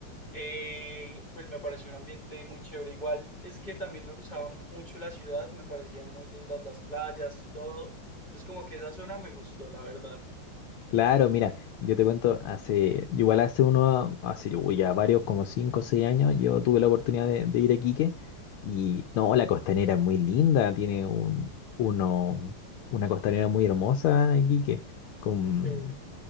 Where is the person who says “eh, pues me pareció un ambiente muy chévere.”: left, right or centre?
Left